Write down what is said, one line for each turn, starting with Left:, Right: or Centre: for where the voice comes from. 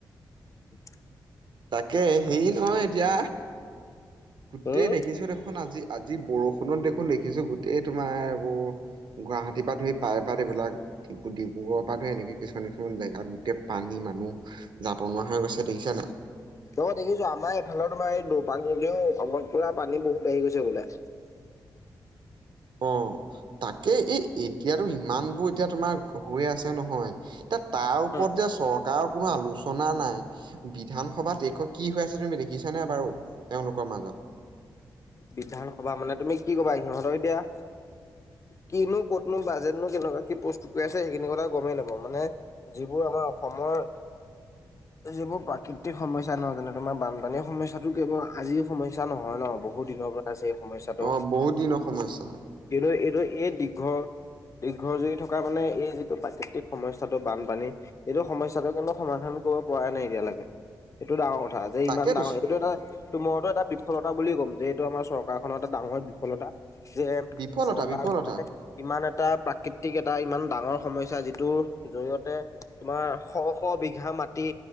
Left: উম',
Right: তাকে এ', হেৰি নহয় এতিয়া, গোটেই
Left: উম
Right: দেখিছোঁ দেখোন আজি', আজি বৰষুণত দেখোন দেখিছোঁ গোটেই তোমাৰ এইবোৰ', গুৱাহাটীৰ পৰা ধুই প্ৰায় ভাগ এইবিলাক', ডিব্ৰু - ডিব্ৰুগড়ৰ পৰা ধৰি এনেকে কিছুমান-কিছুমান জেগাত গোটেই পানী মানুহ', যাব নোৱাৰা হৈ গৈছে দেখিছা ন',
Left: অহ', দেখিছোঁ আমাৰ এইফালৰ তোমাৰ এই দপাং নদীও অলপ পুৰা পানী বহুত বাঢ়ি গৈছে বোলে',
Right: অ', তাকে এই এতিয়াতো ইমান বোৰ এতিয়া তোমাৰ হৈ আছে নহয়', এতিয়া তাৰ ওপৰত
Left: উম
Right: যে চৰকাৰৰ কোনো আলোচনা নাই', বিধানসভাত এখন কি হৈ আছে তুমি দেখিছানে বাৰু তেওঁলোকৰ মাজত?
Left: বিধানসভা মানে, তুমি কি কবা সিহঁতৰ এতিয়া', কি নো ক'ত নো বাজেট নো কেনেকুৱা কি প্ৰস্তুত কৰি আছে সেইখিনি কথা গমেই নাপাওঁ মানে', যিবোৰ আমাৰ অসমৰ', এই যিবোৰ প্ৰাকৃতিক সমস্যা নহয় যেনে তোমাৰ বানপানীৰ সমস্যাতটো কেৱল আজি', সমস্যা নহয় ন বহুত দিনৰ পৰা আছে এই সমস্যাটো',
Right: অ বহুত দিনৰ সমস্যা
Left: এইটো - এইটো এই দীঘল', দীৰ্ঘ জুৰি থকা মানে এই যিটো প্ৰাকৃতিক সমস্যাটো বানপানী। এইটো সমস্যাটো কিন্তু সমাধান কৰিব পৰা নাই এতিয়ালৈকে এইটো ডাঙৰ। কথা যে
Right: তাকেতো
Left: ইমান ডাঙৰ এইটো এটা ত মৰতো এটা বিফলতা বুলিযে ক'ম যে এইটো আমাৰ চৰকাৰ। চৰকাৰ খনৰ এটা ডাঙৰ বিফলতা যে
Right: বিফলতা
Left: চৰকাৰনে।
Right: বিফলতা
Left: ইমান এটা প্ৰাকৃতিক এটা ইমান ডাঙৰ সমস্যা যিটোৰ জৰিয়তে। তোমাৰ শ শ বিঘা মাটি।